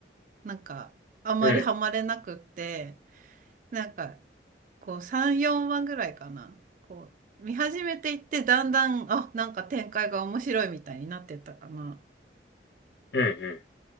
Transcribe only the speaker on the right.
なんか、あまりハマれなくって、
なんか、こう3、4話ぐらいかな。こう見始めていってだんだん、あ、なんか展開が面白いみたいになってったかな。